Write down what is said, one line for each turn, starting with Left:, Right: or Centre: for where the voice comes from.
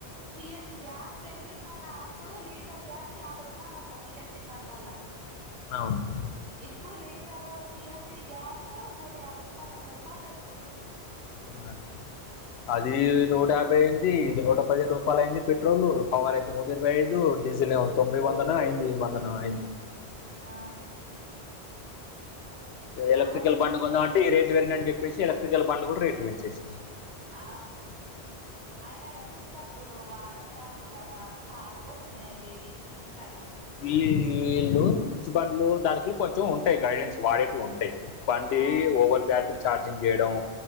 Right: సిఎన్జి గ్యాస్ పెరిగిందన్న అప్పుడు లీటర్ గ్యాస్ యాభై రూపాయలు అంట సిఎన్జి బండ్ల
Left: అవును
Right: ఇప్పుడు లీటరు సిఎన్జి గ్యాస్ నూట యాభై రూపాయలు వంద రూపాయలు పెంచిండు
Left: అవును అది నూట యాభై అయింది ఇది నూట పదిహేను రూపాయల అయింది పెట్రోల్ పవర్ ఎక్కువ నూట ఇరవై ఐదు డీజిల్ తొంభై వందన అయింది వందనం అయింది
Right: ఆ మామయ్యనైతే
Left: ఎలక్ట్రికల్ బండి కొందా అంటే ఈ రేట్లు పెరినని చెప్పేసి ఎలక్ట్రికల్ బండ్లు కూడా రేట్లు పెంచేేశారు
Right: ఆ ఆయన ఎలక్ట్రిక్ బండ్లు వాడొద్దు అంటుారనా కాలిపోతున్నాయి వేడికి హీటు అని
Left: ఈ వీళ్ళు పిచ్చి బండ్లు దానికి కొంచెం ఉంటాయి గైడెన్స్ వాడేటివి ఉంటాయి బండి
Right: ఆ
Left: ఓవర్ బ్యాటరీ ఛార్జింగ్ చేయడం